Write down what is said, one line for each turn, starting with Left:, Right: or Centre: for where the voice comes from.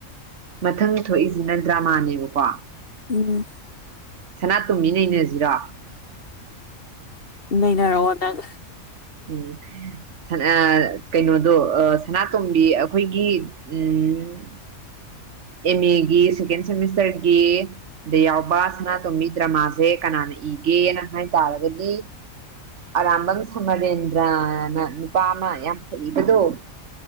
Right: ꯃꯊꯪ ꯊꯣꯛꯏꯖꯤꯅ ꯗ꯭ꯔꯃꯥꯅꯦꯕꯀꯣ
Left: ꯎꯝ
Right: ꯁꯅꯥꯇꯣꯝꯕꯤ ꯅꯩꯅꯖꯤꯔꯣ
Left: ꯅꯩꯅꯔꯛꯑꯣ ꯅꯪ
Right: ꯎꯝ ꯁꯅꯥ ꯀꯩꯅꯣꯗꯣ ꯑꯥ ꯁꯅꯥꯇꯣꯝꯕꯤ ꯑꯩꯈꯣꯏꯒꯤ ꯎꯝ ꯑꯦꯝꯃꯦꯒꯤ ꯁꯦꯀꯦꯟ ꯁꯦꯃꯤꯁꯇꯔꯒꯤ ꯗ ꯌꯥꯎꯕ ꯁꯅꯥꯇꯣꯝꯕꯤ ꯗ꯭ꯔꯃꯥꯖꯦ ꯀꯅꯥꯅ ꯏꯒꯦꯅ ꯍꯥꯏ ꯇꯥꯔꯒꯗꯤ ꯑꯔꯥꯝꯕꯝ ꯁꯃꯔꯦꯟꯗ꯭ꯔꯅ ꯅꯨꯄꯥ ꯑꯃ ꯌꯥꯝ ꯍꯩꯕꯗꯣ